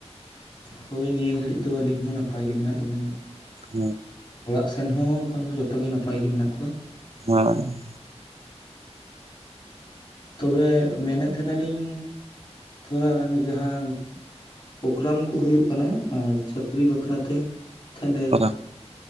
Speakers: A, on the left (about 40°); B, on the right (about 60°).
A: ᱦᱚᱭ ᱱᱤᱭᱟᱹ ᱜᱷᱟᱹᱲᱤᱡ ᱫᱚ ᱟᱹᱞᱤᱧ ᱦᱚᱸ ᱱᱟᱯᱟᱭ ᱜᱮ ᱢᱮᱱᱟᱜ ᱞᱤᱧᱟ᱾
B: ᱦᱩᱸ᱾
A: ᱚᱲᱟᱜ ᱥᱮᱱ ᱦᱚᱸ ᱮᱠᱷᱚᱱ ᱫᱚ ᱡᱚᱛᱚ ᱜᱮ ᱱᱟᱯᱟᱭ ᱜᱮ ᱢᱮᱱᱟᱜ ᱠᱚᱣᱟ᱾
B: ᱦᱚᱸ᱾
A: ᱛᱚᱵᱮ ᱢᱮᱱᱮᱫ ᱛᱟᱦᱮᱸᱱᱟᱞᱤᱧ ᱛᱷᱚᱲᱟ ᱡᱟᱦᱟᱸ ᱯᱨᱚᱜᱨᱟᱢ ᱠᱚ ᱦᱩᱭᱩᱜ ᱠᱟᱱᱟ ᱟᱨ ᱪᱟᱹᱯᱨᱤ ᱵᱟᱠᱷᱨᱟ ᱛᱮ ᱛᱟᱦᱞᱮ
B: ᱦᱳᱭ